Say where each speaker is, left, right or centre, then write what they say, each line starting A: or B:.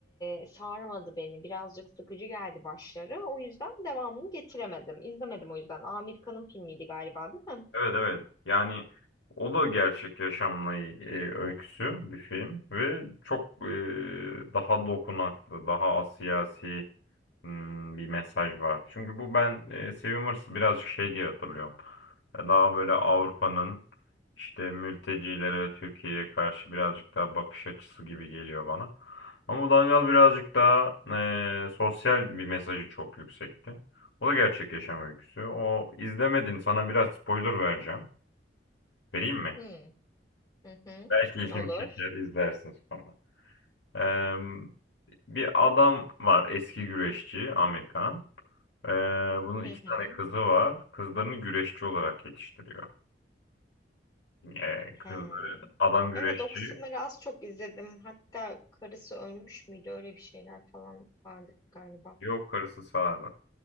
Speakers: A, on the left; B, on the left.
A: e, sarmadı beni. Birazcık sıkıcı geldi başları. O yüzden devamını getiremedim. İzlemedim o yüzden. Amerikanın filmiydi galiba, değil mi?
B: Evet evet. Yani o da gerçek yaşamla ilgili öyküsü bir film ve çok e, daha dokunaklı, daha asiyasi. Hmm, bir mesaj var. Çünkü bu ben e, Swimmers'ı birazcık şey diye hatırlıyorum. Daha böyle Avrupa'nın işte mültecilere ve Türkiye'ye karşı birazcık daha bakış açısı gibi geliyor bana. Ama bu Dangal birazcık daha e, sosyal bir mesajı çok yüksekti O da gerçek yaşam öyküsü. O izlemedin. Sana biraz spoiler vereceğim. Vereyim mi?
A: Hmm. Hı hı.
B: Belki ilgini
A: Olur.
B: çeker izlersin sonra. Eee, bir adam var eski güreşçi Amerikan. Ee, bunun iki
A: Hı hı.
B: tane kızı var. Kızlarını güreşçi olarak yetiştiriyor. Ee,
A: He.
B: kızları adam güreşçi.
A: Evet o kısımları az çok izledim. Hatta karısı ölmüş müydü? Öyle bir şeyler falan vardı galiba.
B: Yok karısı sağda.